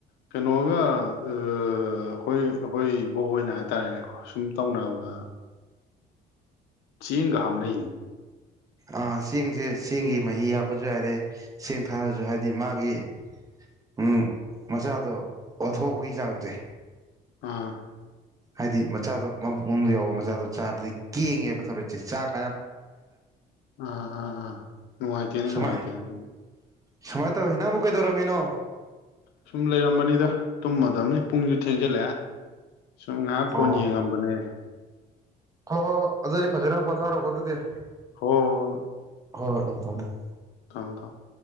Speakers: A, on the left (about 80°); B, on the right (about 20°).
A: ꯀꯩꯅꯣꯒ ꯑꯩꯈꯣꯏ ꯑꯩꯈꯣꯏ ꯏꯕꯣꯛ ꯍꯣꯏꯅ ꯍꯥꯏꯇꯥꯔꯦꯅꯦꯀꯣ ꯁꯨꯝ ꯇꯧꯅꯕꯗ ꯆꯦꯡꯒ ꯍꯥꯞꯅꯩꯅꯤ
B: ꯑ ꯆꯦꯡꯁꯦ ꯆꯦꯡꯒꯤ ꯃꯍꯤ ꯍꯥꯞꯄꯁꯨ ꯌꯥꯏꯔꯦ ꯆꯦꯡ ꯊꯥꯔꯁꯨ ꯍꯥꯏꯗꯤ ꯃꯥꯒꯤ ꯎ ꯃꯆꯥꯗꯣ ꯑꯣꯊꯣꯛꯄꯒꯤ ꯆꯥꯡꯁꯦ
A: ꯑꯥ
B: ꯍꯥꯏꯗꯤ ꯃꯆꯥꯗꯣ ꯃꯕꯨꯡ ꯑꯃ ꯌꯥꯎꯕ ꯃꯆꯥꯗꯣ ꯆꯥꯔꯗꯤ ꯀꯦꯡꯉꯦꯕ ꯊꯧꯔꯛꯁꯦ ꯆꯥꯛ
A: ꯑꯥ ꯑꯥ ꯑꯥ ꯅꯨꯡꯉꯥꯏꯇꯦꯅꯦ
B: ꯁꯨꯃꯥꯏ
A: ꯅꯨꯡꯉꯥꯏꯇꯦꯅꯦ
B: ꯁꯨꯃꯥꯏꯅ ꯇꯧꯋꯦ ꯅꯪ ꯑꯃꯨꯛ ꯀꯩꯗꯧꯔꯝꯃꯤꯅꯣ
A: ꯁꯨꯝ ꯂꯩꯔꯝꯕꯅꯤꯗ ꯇꯨꯝꯃꯗꯕꯅꯤ ꯄꯨꯡꯁꯨ ꯊꯦꯡꯖꯤꯜꯂꯛꯑꯦ ꯁꯨꯝ ꯉꯥꯏꯍꯥꯛ
B: ꯑꯣ
A: ꯐꯣꯟ ꯌꯦꯡꯉꯝꯕꯅꯦ
B: ꯍꯣꯏ ꯍꯣꯏ ꯑꯗꯨꯗꯤ ꯐꯖꯅ ꯄꯣꯊꯥꯔꯛꯣꯀꯣ ꯑꯗꯨꯗꯤ
A: ꯍꯣꯏ ꯍꯣꯏ ꯍꯣꯏ
B: ꯍꯣꯏ ꯍꯣꯏ ꯑꯗꯨꯝ ꯊꯝꯃꯣ ꯊꯝ
A: ꯊꯝꯃꯣ ꯊꯝꯃꯣ